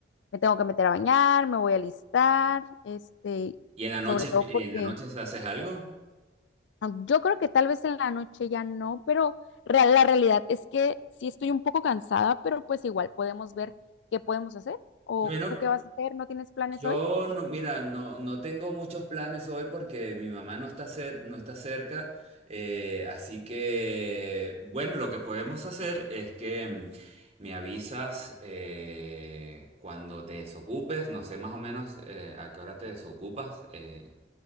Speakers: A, on the left; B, on the right.
A: me tengo que meter a bañar, me voy a alistar, este,
B: ¿Y en la noche,
A: sobre todo
B: y
A: porque
B: en la noche haces algo?
A: ah, yo creo que tal vez en la noche ya no, pero real- la realidad es que sí estoy un poco cansada, pero pues igual podemos ver qué podemos hacer. ¿O
B: Bueno,
A: tú qué vas a hacer? ¿No tienes planes
B: yo
A: hoy?
B: no, mira, no, no tengo muchos planes hoy porque mi mamá no está cer- no está cerca, eh, así que, bueno, lo que podemos hacer es que mm, me avisas eh, cuando te desocupes, no sé más o menos eh, a qué hora te desocupas. eh,